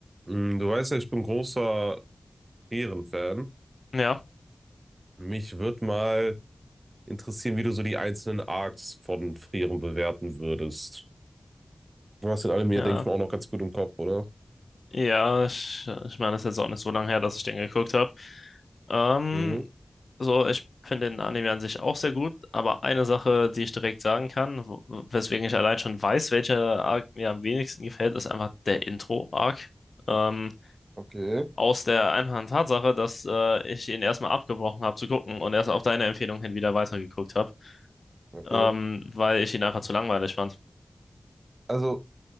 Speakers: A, on the right (about 40°); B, on the left (about 75°).
A: Mm, Du weißt ja, ich bin großer Frieren-Fan.
B: Ja,
A: Mich würde mal interessieren, wie du so die einzelnen Arcs von Frieren bewerten würdest. Du hast in allem
B: ja,
A: hier denke ich mal, auch noch ganz gut im Kopf, oder?
B: ja, ich, ich meine, das ist jetzt auch nicht so lange her, dass ich den geguckt habe. Ähm,
A: Mhm.
B: so, ich finde den Anime an sich auch sehr gut, aber eine Sache, die ich direkt sagen kann, wo- weswegen ich allein schon weiß, welcher Arc mir am wenigsten gefällt, ist einfach der Intro-Arc. Ähm,
A: Okay,
B: aus der einfachen Tatsache, dass äh, ich ihn erstmal abgebrochen habe zu gucken und erst auf deine Empfehlung hin wieder weitergeguckt habe,
A: okay.
B: ähm, weil ich ihn einfach zu langweilig fand.
A: Also,